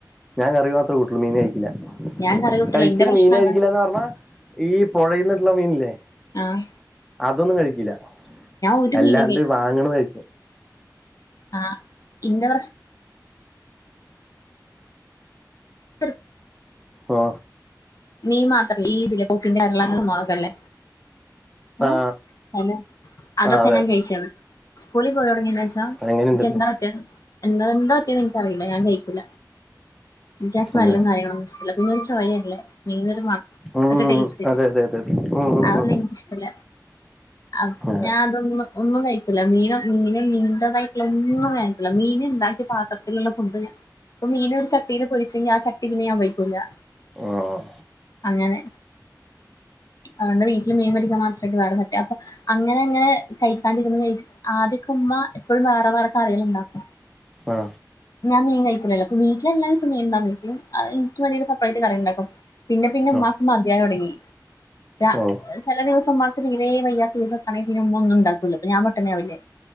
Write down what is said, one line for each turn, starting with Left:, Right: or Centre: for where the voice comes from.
Centre: ഞാൻ കറി മാത്രെ കൂട്ടാെള്ളു മീന് കഴിക്ക്യില്ലാ
Left: ഞാൻ കറി കൂട്ടല്ല
Centre: കഴിക്ക്യില്ല
Left: ഇന്റെ പ്രശ്നാണ്
Centre: മീന് കഴിക്ക്യില്ലാന്ന് പർഞ്ഞാ ഈ പൊഴേന്ന് കിട്ട്ണ മീൻല്ലേ
Left: ആഹ്
Centre: അതൊന്നും കഴിക്ക്യില്ലാ
Left: ഒരു
Centre: അല്ലാണ്ട്
Left: മീനും
Centre: വാങ്ങ്ണെത് കഴി
Left: ആഹ് ഇന്റെ പ്രെശ് <unintelligible>
Centre: ആ
Left: നീം മാത്ര <unintelligible> ഈ ത്‌ല്ലേ പോപ്പിംഗ് കേരളാ <unintelligible> സംവങ്ങളൊക്കെല്ലേ
Centre: ആ
Left: ഏഹ് ഹെലോ അതൊക്കെ
Centre: ആ അതെ
Left: ഞാൻ കെയ്ച്ച്ണ് സ്കൂളി പോയൊട്ങ്ങ്യേനേഷാ
Centre: അങ്ങനെണ്ടല്ലേ
Left: ൻക്ക്യെന്താ പറ്റ്യേത് എന്താ എന്താ പറ്റ്യേന്ന് ഇൻക്കറീല ഞാൻ കയ്ക്കൂലാ. ഇൻക്ക്യാ സ്മെല്ലും
Centre: അതെ
Left: കാര്യങ്ങളൊന്നും ഇഷ്ടല്ലാ. പിന്നൊരു ചാെയെല്ലേ മീനൊര് മ
Centre: ഉം
Left: ഒര് ടേസ്റ്റ്ല്ല്യാ
Centre: അതെ അതെ അതെ അതെ ഉം
Left: അതൊന്നും
Centre: ഉം
Left: ഇൻക്ക്ഷ്ട്ടല്ലാ അം
Centre: ആ
Left: ഞാൻ അതൊന്നു ഒന്നും കയ്ക്കൂല മീനാെ മീനും മീൻന്റെതായ്ട്ട്ള്ള ഒന്നും ഞായ്ക്കൂലാ മീന്ണ്ടാക്കി പാത്രത്തില്ള്ള ഫുഡ്ഡ് പ്പൊ മീനാെര് ചട്ടീല് പൊരിച്ചെങ്കി ആ ചട്ടി പിന്നെ ഞാം ഉപയ്ക്കൂലാ
Centre: ആഹ്
Left: അങ്ങെനെ അത്കൊണ്ട് വീട്ട്ല് മീൻ പൊരിക്കാം മാത്രായ്ട്ട് വേറെ ചട്ട്യാ അപ്പൊ അങ്ങെനെ അങ്ങെനെ കയ്ക്കാണ്ടിര്ന്ന് കയ്ച്ച് ആദ്യാെക്കെ ഉമ്മാ എപ്പഴും വേറെ വേറെ കറികെള്ണ്ടാക്കും
Centre: ആ
Left: ഞാൻ മീൻ കയ്ക്കൂലല്ലോ പ്പൊ വീട്ട്ല് എല്ലാ ദിവ്സും മീൻണ്ടാവും വീട്ട്ല് അഹ് ഇൻക്ക്യ് വേണ്ടീട്ട് സപ്പ്റേറ്റ് കറിണ്ടാക്കും പിന്നെ പിന്നെ ഇമ്മാക്ക്
Centre: ഓ
Left: മത്യാവ്‌ലൊട്ങ്ങി രാ
Centre: ഓ
Left: ചെല ദിവ്സം ഉമ്മാക്ക് തീരേ വയ്യാത്തീസാെക്കേണെങ്കി പിന്നെ ഉമ്മ ഒന്നുംണ്ടാക്കുല്ല പ്പ ഞാം പട്ടിണ്യാവില്ലേ